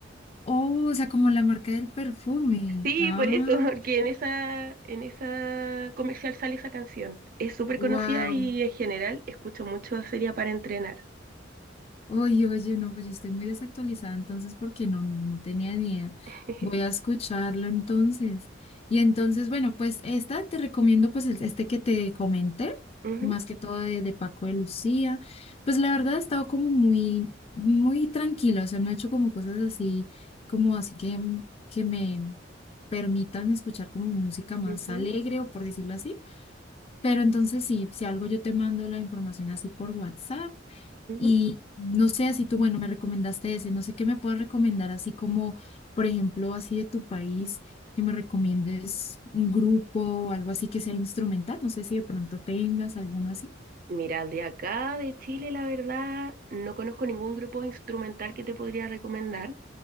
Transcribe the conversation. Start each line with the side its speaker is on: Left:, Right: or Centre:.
Left: Oh, o sea, como la marca del perfume.
Right: Sí,
Left: Ah,
Right: por eso, <laughs> porque en esa, en esa comercial sale esa canción. Es súper
Left: wow.
Right: conocida y en general escucho mucho Sería para entrenar.
Left: Oye, oye, no, pues yo estoy muy desactualizada entonces porque no, no, no tenía ni idea.
Right: <laughs>
Left: Voy a escucharlo entonces. Y entonces, bueno, pues esta te recomiendo pues el- este que te comenté,
Right: Ujú,
Left: más que todo de, de Paco de Lucía. Pues la verdad he estado como muy, muy tranquila, o sea, no he hecho como cosas así, como así que, que me permitan escuchar como música más
Right: ujú,
Left: alegre o por decirlo así. Pero entonces sí, si algo yo te mando la información así por WhatsApp
Right: ujú.
Left: y no sé, así tú, bueno, me recomendaste ese, no sé qué me puedes recomendar, así como, por ejemplo, así de tu país, que me recomiendes un grupo o algo así que sea instrumental, no sé si de pronto tengas alguno así.
Right: Mira, de acá, de Chile, la verdad, no conozco ningún grupo instrumental que te podría recomendar,